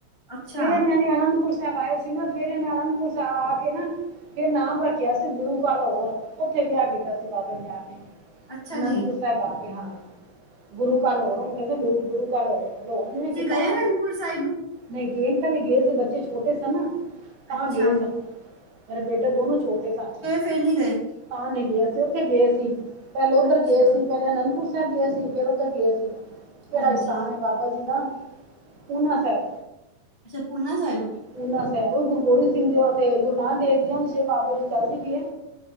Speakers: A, on the left; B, on the right.
A: ਅੱਛਾ
B: ਫੇਰ ਏਨਾਂ ਨੇ ਆਨੰਦਪੁਰ ਸਾਹਿਬ। ਸਾਹਿਬ ਆਏ ਸੀ ਫਿਰ ਏਨੇ ਆਨੰਦਪੁਰ ਸਾਹਿਬ ਆ ਕੇ ਨਾ ਫੇਰ ਨਾਮ ਰੱਖਿਆ ਸੀ ਗੁਰੂ ਕਾ ਲਾਹੌਰ। ਓਥੇ ਵਿਆਹ ਕੀਤਾ ਸੀ ਬਾਬਾ ਜੀ ਨੇ ਆ ਕੇ
A: ਅੱਛਾ
B: ਅਨੰਦਪੁਰ
A: ਜੀ
B: ਸਾਹਿਬ ਆ ਕੇ ਹਾਂ। ਗੁਰੂ ਕਾ ਲਾਹੌਰ ਉਹਨੂੰ ਕਹਿੰਦੇ ਗੁਰੂ ਕਾ ਲਾਹੌਰ। ਲਾਹੌਰ ਨੇ
A: ਤੁਸੀਂ
B: ਕੀਤਾ
A: ਗਏ ਅਨੰਦਪੁਰ ਸਾਹਿਬ?
B: ਨਹੀਂ ਗਏ ਪਹਿਲੇ ਗਏ ਸੀ ਬੱਚੇ ਛੋਟੇ ਸਨ। ਤਾਂ
A: ਅੱਛਾ
B: ਗਏ ਸਾਂ ਮੇਰੇ ਬੇਟੇ ਦੋਨੋ ਛੋਟੇ ਸਨ।
A: ਤਿੰਨ ਈ ਗਏ।
B: ਤਾਂ ਨਹੀ ਗਏ ਸੀ ਉੱਥੇ ਗਏ ਸੀ ਪਹਿਲੇ ਉੱਧਰ
A: ਅੱਛਾ
B: ਗਏ ਸੀ। ਪਹਿਲੇ ਅਨੰਦਪੁਰ ਸਾਹਿਬ ਗਏ ਸੀ ਫੇਰ ਉੱਧਰ ਗਏ ਸੀ। ਕਿਹੜਾ
A: ਹਾਂਜੀ
B: ਸਥਾਨ ਏ? ਬਾਬਾ ਜੀ ਦਾ ਪੂਨਾ ਸਾਹਿਬ।
A: ਅੱਛਾ ਪੂਨਾ ਸਾਹਿਬ।
B: ਪੂਨਾ ਸਾਹਿਬ ਗੁਰੂ ਗੋਬਿੰਦ ਸਿੰਘ ਦੇ ਗੁਰੂ ਨਾਨਕ ਦੇਵ ਜੀ ਬਾਬਾ ਜੀ ਚੱਲਦੀ ਪਈ ਏ।